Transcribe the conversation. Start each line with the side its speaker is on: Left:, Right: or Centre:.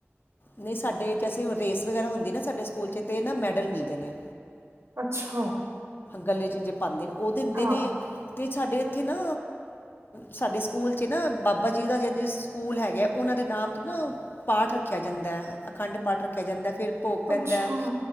Left: ਨਈ ਸਾਡੇ ਜੈਸੇ ਰੇਸ ਵਗੈਰਾ ਹੁੰਦੀ ਨਾ ਸਾਡੇ ਸਕੂਲ 'ਚ ਤੇ ਨਾ ਮੈਡਲ ਮਿਲਦੇ ਨੇ
Right: ਅੱਛਾ।
Left: ਗਲੇ ਚ ਜੇ ਪਾਦੇ ਨੇ ਉਹ ਦਿੰਦੇ
Right: ਹਾਂ,
Left: ਨੇ ਤੇ ਸਾਡੇ ਇੱਥੇ ਨਾ ਸਾਡੇ ਸਕੂਲ 'ਚ ਨਾ ਬਾਬਾ ਜੀ ਦਾ ਜਿਨੇ ਸਕੂਲ ਹੈਗਾ ਓਨਾਂ ਦੇ ਨਾਮ ਤੋਂ ਨਾ ਪਾਠ ਰੱਖਿਆ ਜਾਂਦਾ ਐ, ਅਖੰਡ ਪਾਠ ਰੱਖਿਆ ਜਾਂਦਾ ਫੇਰ ਭੋਗ ਪੈਂਦਾ,
Right: ਅੱਛਾ।